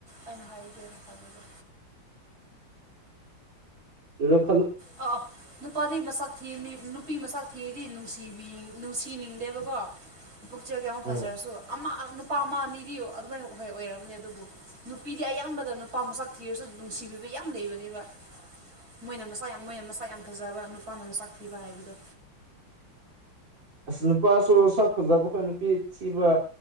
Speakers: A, on the right; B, on the right.
A: ꯑꯩꯅ ꯍ ꯀ ꯈꯃꯗꯣ
B: <unintelligible> ꯌꯔꯣ
A: ꯑ ꯅꯨꯄꯥꯔꯤ ꯃꯁꯛ ꯊ ꯃꯤ ꯅꯨꯄꯤ ꯃꯁꯛ ꯊ ꯗꯤ ꯅꯨꯡꯁꯤꯕꯤ ꯅꯨꯡꯁꯤꯅꯤꯡꯗꯦꯕꯀꯣ ꯄꯨꯛꯆꯒꯦ ꯑꯃꯨꯛ ꯐꯖꯔꯁꯨ
B: ꯎꯝ
A: ꯑꯃ ꯅꯨꯄꯥ ꯑꯃ ꯑꯅꯤꯗꯤ ꯑꯗꯨꯃꯥꯏ ꯍ ꯑꯣꯏꯔꯝꯅꯦ ꯑꯗꯨꯕꯨ ꯅꯨꯄꯤꯗꯤ ꯑꯌꯥꯝꯕꯗ ꯅꯨꯄꯥ ꯃꯁꯛ ꯊꯤꯔꯁꯨ ꯅꯨꯡꯁꯤꯕꯤꯕ ꯌꯥꯝ ꯂꯩꯕꯅꯦꯕ ꯃꯣꯏꯅ ꯃꯁ ꯌꯥꯝ ꯃꯣꯏ ꯑꯃ ꯃꯁꯛ ꯌꯥꯝ ꯐꯖꯕ ꯅꯨꯄꯥꯅ ꯑꯃꯁꯛ ꯄꯤꯕ ꯍꯥꯏꯕꯗꯣ
B: ꯑꯁ ꯅꯨꯄꯥꯁꯨ ꯁꯥꯠ ꯐꯖꯕ ꯑꯩꯈꯣꯏ ꯅꯨꯄꯤ ꯊꯤꯕ